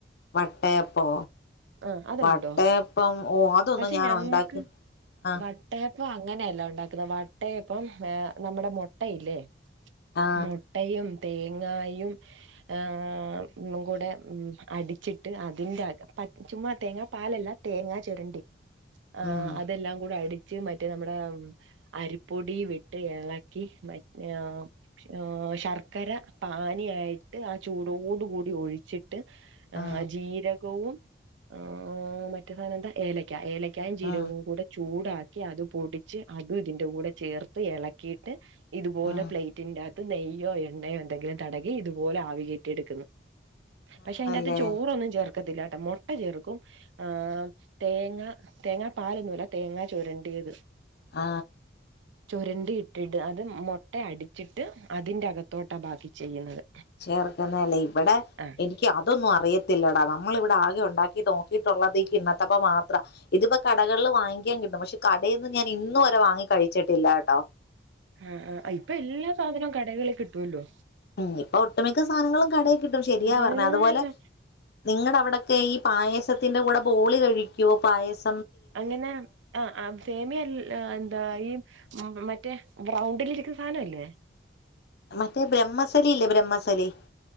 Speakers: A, on the left (about 60°); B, on the right (about 90°).
A: വട്ടയപ്പോ
B: ആ അതുണ്ടോ,
A: വട്ടയപ്പം ഓ അതൊന്നും
B: പക്ഷെ
A: ഞാൻ
B: ഞങ്ങക്ക്
A: ഉണ്ടാക്കി ആ
B: വട്ടയപ്പം അങ്ങനെയല്ല ഒണ്ടാക്കുന്നേ വട്ടയപ്പം ഏ നമ്മുടെ മൊ ട്ടയില്ലേ
A: ആ
B: മുട്ടയും തേങ്ങായും ഏഹ് ഒന്നും കൂടെ അടിച്ചിട്ട് അതിന്റെ അകം പ ചുമ്മാ തേങ്ങ പാലല്ല തേങ്ങ ചൊരുണ്ടി ആ
A: ഉം
B: അതെല്ലാം കൂടെ അടി ച്ച് മറ്റേ നമ്മടെ അരിപ്പൊടി വിട്ട് എളക്കി വ <unintelligible> ഏഹ് ഏഹ് ശർക്കര പാനീയായിട്ട് ആ ചൂടോട് കൂടി ഒഴിച്ചി ട്ട് ഏഹ്
A: ആ
B: ജീരകവും ആ ഉ മറ്റേ സാനം എന്താ ഏലയ്ക്ക ഏല കഴി ജീരകവും
A: ആ
B: കൂടെ ചൂടാ ക്കി അത് പൊടിച്ച് അതും ഇതിന്റെ കൂടെ ചേർത്ത് എളക്കിയിട്ട് ഇതുപോലെ
A: ആ
B: പ്ലേറ്റിന്റെ അ ത്ത് നെയ്യോ എണ്ണയോ എന്തെങ്കിലും തടകി ഇതുപോലെ ആവി കേറ്റി എടുക്കുന്നു പക്ഷെ
A: ആണല്ലേ
B: അയിന്റെകത്ത് ചോറൊന്നും ചേർക്കത്തില്ല. മൊ ട്ട ചേർക്കും. ആ തേങ്ങ, തേങ്ങ പാലൊന്നുംല്ല തേങ്ങ ചുരണ്ടിയത്.
A: ആ
B: ചുരണ്ടി ഇട്ടിട്ട് അത് മുട്ട അടിച്ചിട്ട് അതിൻ്റെകത്തോട്ടാണ് ബാക്കി ചെയ്യുന്നത്.
A: ചേർക്കുന്ന അല്ലേ ഇവിട
B: ആഹ്
A: എനിക്ക് അതൊന്നും അറിയ കില്ലേടാ നമ്മള് ഇവിടെ ആകെ ഉണ്ടാക്കി നോക്കിയിട്ടുള്ളതേക്ക് ഇന്നട്ടപ്പ മാത്രം ഇതിപ്പ കടകളില് വാങ്ങിക്കാൻ കിട്ടും പക്ഷെ കടയിന്നും ഞാൻ ഇന്ന് വരെ വാങ്ങി കഴിച്ചിട്ടില്ലാട്ടോ
B: ആആ ഇപ്പൊ എല്ലാ സാധനം കടകളിൽ കിട്ടുല്ലോ
A: ഉം ഇപ്പൊ ഒട്ടുമിക്ക സാധനങ്ങളും കടയിൽ കിട്ടും ശരിയാണ്
B: എല്ലാ
A: അതുപോലെ
B: സാ
A: നിങ്ങടവിടെ കി ഈ പായസത്തിന്റെ കൂടെ ബോളി കഴിക്കോ പായസ
B: അങ്ങനെ ആ ആ സേമിയല്ല എന്താ ഈ ഉം മറ്റേ ബ്രൗണ്ടിലിരിക്കു സാധനല്ലേ
A: മറ്റേ ബ്രഹ്മസലി ഇല്ലേ ബ്രഹ്മസലി